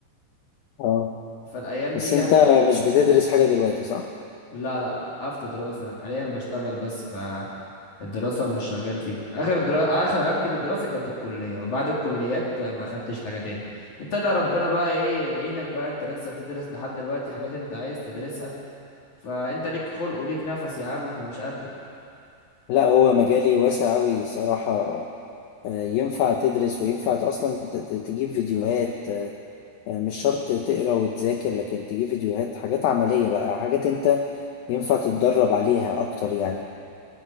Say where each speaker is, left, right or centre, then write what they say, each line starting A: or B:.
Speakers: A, on the left (about 70°); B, on the left (about 45°).
A: اه
B: فالأيام
A: بس
B: دي
A: انت
B: يعني
A: مش بتدرس حاجة دلوقتي صح؟
B: لا لا وقفت دراسة أنا حاليا بشتغل بس فالدراسة مش شغال فيها آخر درا... آخر علاقتي بالدراسة كانت الكلية وبعد الكليات ما خدتش حاجة تاني أنت اللي ربنا بقى إيه يعينك بقى أنت لسه بتدرس لحد دلوقتي حاجات أنت عايز تدرسها فأنت ليك خلق وليك نفس يا عم إحنا مش قدك
A: لا هو مجالي واسع أوي صراحة آه، ينفع تدرس وينفع ت- أصلا ت- ت- تجيب فيديوهات آه، آه، مش شرط تقرا وتذاكر لكن تجيب فيديوهات حاجات عملية بقى حاجات انت ينفع تتدرب عليها أكتر يعني